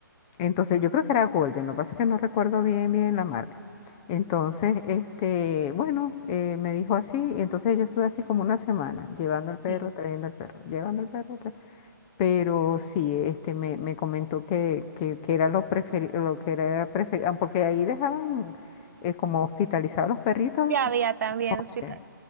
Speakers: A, on the left; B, on the right.
A: Entonces yo creo que era Golden, lo que pasa es que no recuerdo bien bien la marca. Entonces, este, bueno, eh, me dijo así, entonces yo estuve así como una semana, llevando el perro,
B: Sí.
A: trayendo el perro, llevando el perro, tra- pero sí, este me, me comentó que, que, que era lo preferido, lo que era preferido, porque ahí dejaban eh, como hospitalizados los perritos
B: Ya había también
A: noche.
B: hospital.